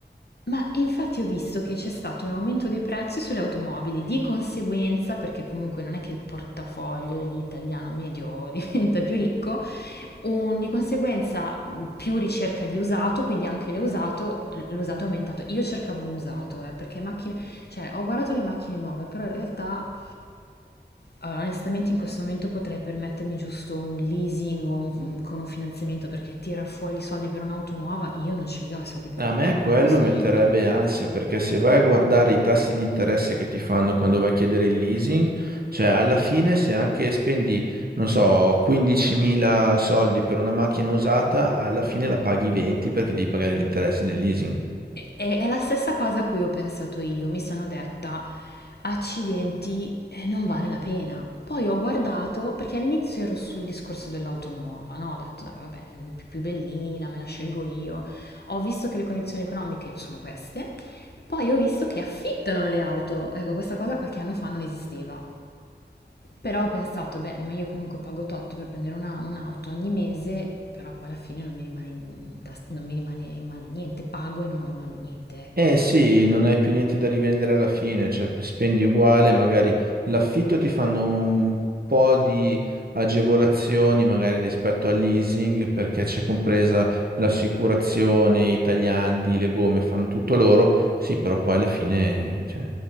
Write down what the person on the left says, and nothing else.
Ma infatti ho visto che c'è stato un aumento dei prezzi sulle automobili, di conseguenza, perché comunque non è che il portafoglio dell'italiano medio <laughs> diventa più ricco, un- di conseguenza mh, più ricerca di usato, quindi anche le usato, l'usato è aumentato. Io cercavo un usato, eh, perché macchine, cioè ho guardato le macchine nuove, però in realtà allora, onestamente in questo momento potrei permettermi giusto un leasing o un- con un finanziamento perché tirar fuori i soldi per un'auto nuova, io non ce li ho i soldi per
un'auto
nuova
in questo
momento.
E- e- È, la stessa cosa a cui ho pensato io, mi sono detta, accidenti, eh, non vale la pena. Poi ho guardato, perché all'inizio ero sul discorso dell'auto nuova, no? Ho detto, dai, vabbè, più- più bellina, me la scelgo io. Ho visto che le condizioni economiche sono queste, poi ho visto che affittano le auto. Ecco, questa cosa qualche anno fa non esisteva. Però ho pensato, beh, ma io comunque pago tot per prendere una- un'auto ogni mese, però poi alla fine non mi rimane in, tas- non mi rimane in mano niente, pago e non ho in mano niente, ecco,
ce l'ha.